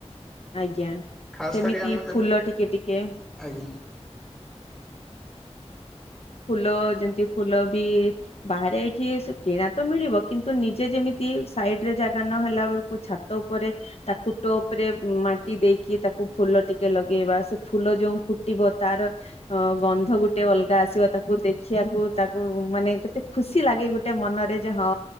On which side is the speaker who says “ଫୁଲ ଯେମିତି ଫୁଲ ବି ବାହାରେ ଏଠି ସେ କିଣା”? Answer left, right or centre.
Left